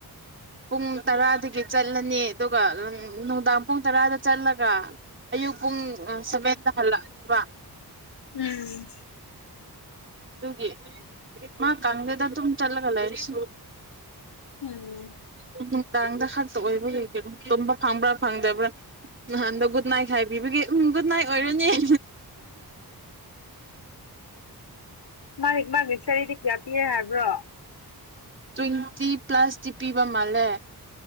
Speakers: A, on the right (about 30°); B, on the left (about 80°).
A: ꯄꯨꯡ ꯇꯔꯥꯗꯒꯤ ꯆꯠꯂꯅꯤ ꯑꯗꯨꯒ ꯅꯨꯡꯗꯥꯡ ꯄꯨꯡ ꯇꯔꯥꯗ ꯆꯠꯂꯒ ꯑꯌꯨꯛ ꯄꯨꯡ ꯁꯚꯦꯟꯗ ꯍꯜꯂꯛꯑꯅꯦꯕ
B: ꯎꯝ
A: ꯑꯗꯨꯒꯤ ꯃꯥ ꯀꯥꯡꯗꯦꯗ ꯇ ꯆꯠꯂꯒꯂ ꯁ
B: ꯎꯝ
A: ꯎꯝ ꯥꯡꯗ ꯈꯛꯇ ꯑꯣꯏꯕꯒꯤ ꯇꯨꯝꯕ ꯐꯪꯕ꯭ꯔꯥ ꯐꯪꯗꯕ꯭ꯔꯥ ꯅꯍꯥꯟꯗ ꯒꯨꯗ ꯅꯥꯏꯠ ꯈ ꯍꯥꯏꯕꯤꯕꯒꯦ ꯎꯝ ꯒꯨꯗ ꯅꯥꯏꯠ ꯑꯣꯏꯔꯅꯤ ꯍ
B: ꯃꯥꯥꯡ ꯃꯥꯥꯡ ꯁꯔꯤꯗꯛ ꯏꯦ ꯍꯥꯏꯕ꯭ꯔꯣ
A: ꯇ꯭ꯋꯦꯟꯇꯤ ꯄ꯭ꯂꯁꯇꯤ ꯄꯤꯕ ꯃꯥꯜꯂꯦ